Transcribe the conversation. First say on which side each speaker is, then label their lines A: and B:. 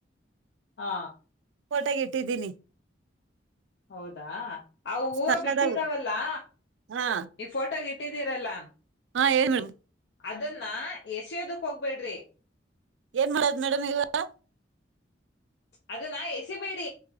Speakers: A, on the left; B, on the right.
A: ಹಾ
B: ಫೋಟೋಗ ಇಟ್ಟಿದ್ದೀನಿ
A: ಹೌದಾ ಅ ಹೂವ
B: ಸಕ್ಕದಾಗ
A: ಬಿಟ್ಟಿದಾವಲ್ಲಾ
B: ಹಾ
A: ಈ <unintelligible> ಫೋಟಗ್ ಇಟ್ಟಿದೀರಲ್ಲ
B: ಹಾ ಹೇಳಿ ಮೇ <unintelligible>
A: ಅದನ್ <unintelligible> ಎಸಿಯೋದಕ್ ಹೋಗ್ಬೇಡ್ರಿ
B: ಏನ್ ಮಾಡದ್ ಮೇಡಮ್ ಇವ <unintelligible>
A: ಅದನ ಎಸಿಬೇಡಿ